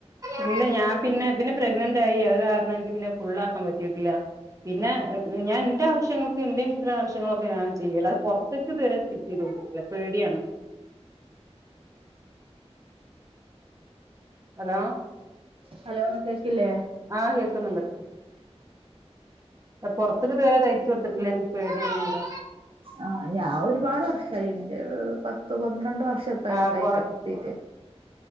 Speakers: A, on the right; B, on the right.
A: ഇല്ല ഞാൻ പിന്നെ പിന്നെ പ്രെഗ്നന്റ് ആയി അത് കാരണം എനിക്ക് പിന്നെ ഫുൾ ആക്കാൻ പറ്റിയിട്ടില്ല പിന്നെ
B: ആഹ്
A: ഞാൻ എന്റെ ആവശ്യം ങ്ങ <unintelligible> എന്റെ ആവശ്യങ്ങളൊക്കെ ഞാൻ ചെയ്യല്ല അത് പുറത്തേക്ക് ഇതുവരെ സ്റ്റിച്ച് ചെയ്ത കൊടുത്തട്ടില്ല പേടിയാണ് ഹലോ
B: ഹലോ കേക്കില്ലേ
A: ആഹ് <inaudible> പുറത്തേക്ക് ഇതുവരെ തയ്ച്ചു കൊടുത്തിട്ടില്ല എനിക്ക് പേടിയാണ്
B: ആ ഞാൻ ഒരുപാട് വർഷ ഷൈന്റെ പത്ത് പന്ത്രണ്ട ഷക്കായി
A: ആഹ്
B: തൈകലോടത്തീട്ട്
A: കൊറ